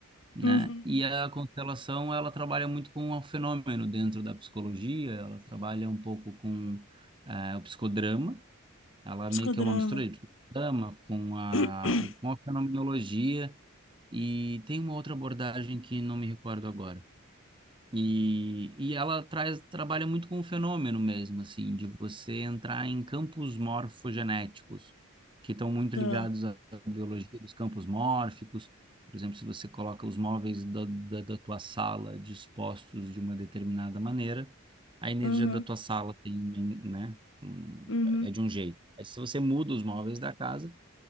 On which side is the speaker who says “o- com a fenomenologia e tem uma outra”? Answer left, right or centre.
Right